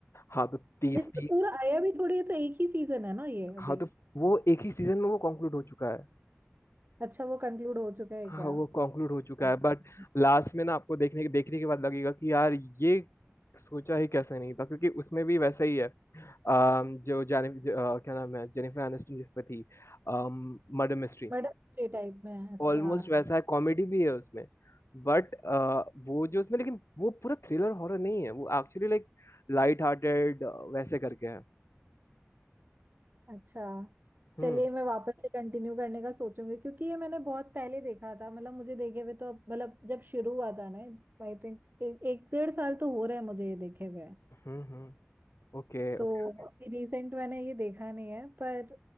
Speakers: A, on the left (about 75°); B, on the right (about 45°).
A: हाँ तो तीस
B: इसमें
A: ती,
B: पूरा आया भी थोड़ी है तो एक ही सीजन है ना ये अभी
A: हाँ तो वो एक ही सीजन में वो कंक्लूड हो चुका है
B: अच्छा वो कंक्लूड हो चुका है
A: हाँ
B: क्या
A: वो कंक्लूड हो चुका
B: मैडम
A: है बट लास्ट में ना आपको देखने के देखने के बाद लगेगा कि यार ये सोचा ही कैसे नहीं था क्योंकि उसमें भी वैसा ही है अम, जो जाने ज- अ, क्या नाम है जेनिफर एनिस्टन जिस पे थी मर्डर मिस्ट्री
B: थ्री टाइप में है अच्छा
A: ऑलमोस्ट वैसा है कॉमेडी भी है उसमें बट वो जो उसमें लेकिन वो पूरा थ्रिलर हॉरर नहीं है वो एक्चुअली लाइक लाइट हार्टेड वैसे करके है
B: अच्छा चलिए
A: Hmm
B: मैं वापस से कंटिन्यू करने का सोचूंगी क्योंकि ये मैंने बहुत पहले देखा था मतलब मुझे देखे हुए तो मतलब जब शुरू हुआ था ना आई थिंक एक एक डेढ़ साल तो हो रहा है मुझे ये देखे हुए
A: hmm हम्म Okay
B: तो
A: okay
B: अभी रिसेंट मैंने ये देखा नहीं है पर